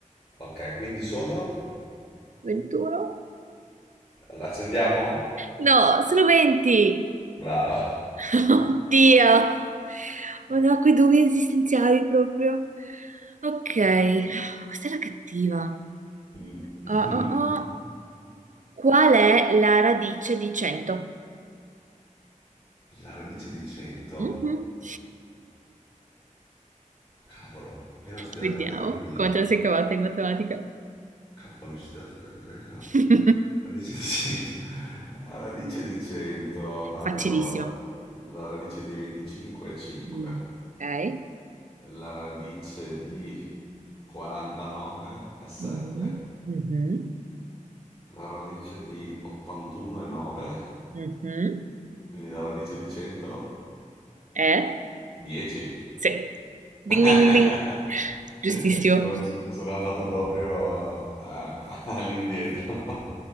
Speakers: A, on the left; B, on the right.
A: Ok, quindi sono?
B: 21?
A: L'accendiamo?
B: No, sono 20!
A: Brava.
B: <laughs> Oddio! Oh no, quei dubbi esistenziali proprio. Ok, questa era cattiva.
A: Mm. <laughs>
B: Ah, ah, ah. Qual è la radice di 100?
A: La radice di 100?
B: Mhm.
A: Cavolo, io ho studiato
B: Vediamo
A: anche economia.
B: come te la sei cavata in matematica.
A: Cavolo, ho studiato anche... eh, no.
B: <laughs> È
A: Radice di 100. <laughs> La radice di 100, allora,
B: Facilissimo.
A: la radice di 25 è 5,
B: Mm, Ok.
A: la radice di 49 è 7,
B: Mhm, mhm,
A: la radice di 81 è 9,
B: mhm.
A: quindi la radice di 100
B: Eh?
A: 10.
B: Sì. Ding
A: <laughs>
B: ding ding ding. Giustissimo.
A: Proprio- sono andato proprio eh, all'indietro.